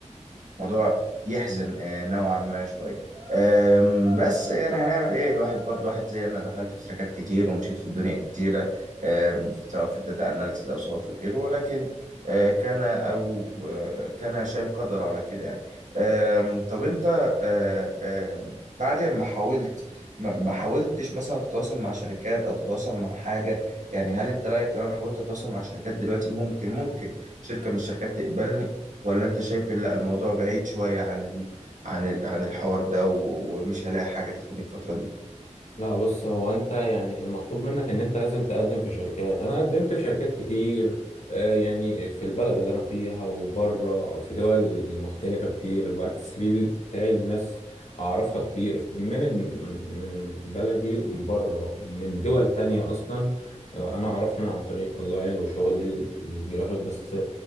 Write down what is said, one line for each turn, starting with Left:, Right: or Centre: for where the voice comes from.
Right: موضوع يحزن آه، نوعا ما شويه آم، بس يعني هنعمل ايه الواحد برضو واحد زي انا دخلت في تراكات كتير ومشيت في الدنيا كتيرة آم، في- سواء في الداتا اناليسز او سواء في غيره ولكن آه، كان او آه، كان شايل قدر على كده يعني آم، طب انت آه، آم، بعد ما حاولت ما ما حاولتش مثلا تتواصل مع شركات او تتواصل مع حاجه يعني هل انت رايك لو انا حاولت اتواصل مع شركات دلوقتي ممكن ممكن شركه من الشركات تقبلني ولا انت شايف إن لا الموضوع بعيد شوية عن ال... عن ال... عن الحوار ده و... ومش هلاقي حاجة تاخدني الفترة دي
Left: لا بص هو انت يعني المطلوب منك ان انت لازم تقدم في شركات انا قدمت في شركات كتير آه، يعني في البلد اللي انا فيها وبره في دول مختلفة كتير بعت السي في بتاعي لناس اعرفها كتير من ال- من بلدي ومن بره ومن دول تانية اصلا آه، انا اعرفهم عن طريق اونلاين وشغلي في الجرافيك بس